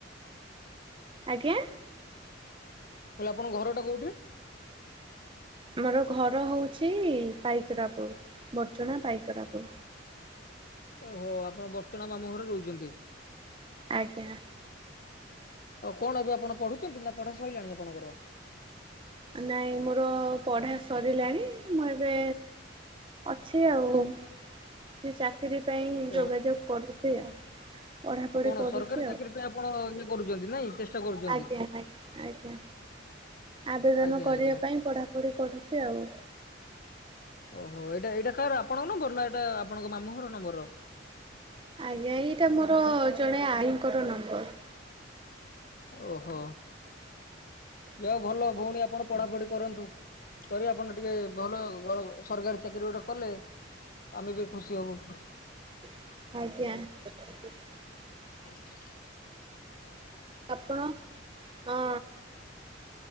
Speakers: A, on the right; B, on the left.
A: ଆଜ୍ଞା
B: କହିଲି ଆପଣଙ୍କ ଘର ଟା କୋଉଠି
A: ଆମର ଘର ହଉଛି ପାଇକରାପୁର ବର୍ଚଣା ପାଇକରାପୁର
B: ଓହୋ ଆପଣ ବର୍ଚ୍ଚନା ମାମୁ ଘରେ ରହୁଛନ୍ତି
A: ଆଜ୍ଞା
B: ହ କଣ ଏବେ ଆପଣ ପଢୁଛନ୍ତି ନା ପଢା ସରିଲାଣି ଆପଣଙ୍କର
A: ନାଇଁ ମୋର ପଢା ସରିଲାଣି ମୁଁ ଏବେ ଅଛି ଆଉ ସେ ଚାକିରି ପାଇଁଁ
B: ଓହୋ
A: ଯୋଗାଯୋଗ କରୁଛି ଆଉ ପଢାପଢି
B: କଣ
A: କରୁଛି
B: ସରକାରୀ ଚାକିରି ପାଇଁ ଆପଣ ଇଏ କରୁଛନ୍ତି ନାଇଁ ଚେଷ୍ଟା କରୁଛନ୍ତି
A: ଆଜ୍ଞାା ଆଜ୍ଞା ଆଜ୍ଞା ଆବେଦନ
B: ଆଜ୍ଞା
A: କରିବା
B: ଆଜ୍ଞା।
A: ପାଇଁ ପଢାପଢି କରୁଛି ଆଉ
B: ଓହୋ ଏଇଟା ଏଇଟା କାହାର ଆପଣଙ୍କ ନମ୍ବର ନା ଏଇଟା ଆପଣଙ୍କ ମାମୁଁ ଘର ନମ୍ବରର
A: ଆଜ୍ଞା ଏଇଟା ମୋର ଜଣେ ଆଈଙ୍କର ନମ୍ବର
B: ଓହୋ ଯାହା ହଉ ଭଲ ଭଉଣୀ ଆପଣ ପଢାପଢି କରନ୍ତୁ କରି ଆପଣ ଟିକେ ଭଲ ସରକାରୀ ଚାକିରି ଗୋଟେ କଲେ ଆମେ ବି ଖୁସି ହବୁ
A: ନିହାତି
B: <inaudible>
A: ଆପଣ ଆଁ